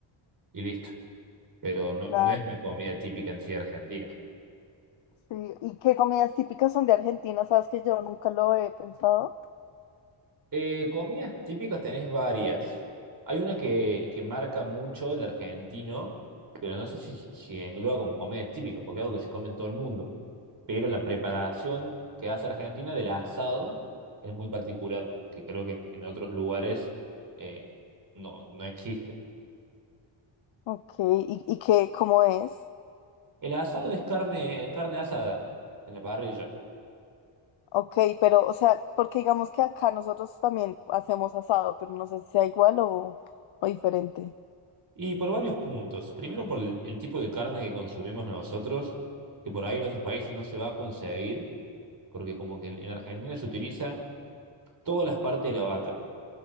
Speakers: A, on the right; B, on the left.
A: y listo. Pero no,
B: Claro,
A: no es una comida típica en sí de argentina.
B: sí. ¿Y qué comidas típicas son de Argentina? Sabes que yo nunca lo he pensado.
A: Eh, comidas típicas tenés varias. Hay una que, que marca mucho el argentino, pero no sé si, si si engloba como comida típica, porque es algo que se come en todo el mundo. Pero la preparación que hace Argentina del asado es muy particular, que creo que en, en otros lugares eh, no, no existe.
B: Ok, ¿y, y qué, cómo es?
A: El asado es carne, carne asada en la parrilla.
B: Ok, pero, o sea, porque digamos que acá nosotros también hacemos asado, pero no sé si sea igual o, o diferente.
A: Y por varios puntos. Primero por el el tipo de carne que consumimos nosotros, que por ahí en otros países no se va a conseguir porque como que en, en Argentina se utiliza todas las partes de la vaca,